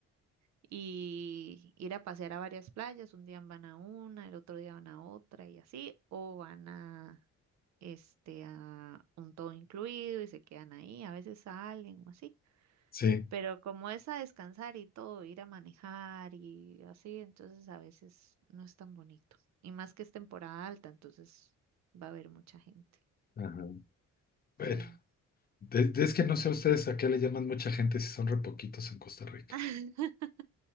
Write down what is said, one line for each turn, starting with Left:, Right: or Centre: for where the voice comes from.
Right: y ir a pasear a varias playas. Un día van a una, el otro día van a otra y así, o van a, este, a un todo incluido y se quedan ahí, a veces salen o así.
Left: Sí.
Right: Pero como es a descansar y todo, ir a manejar y así, entonces a veces no es tan bonito. Y más que es temporada alta, entonces va a haber mucha gente.
Left: ajá.
Right: Sí.
Left: Bueno, de- es que no sé ustedes a qué le llaman mucha gente si son re poquitos en Costa Rica.
Right: <laughs>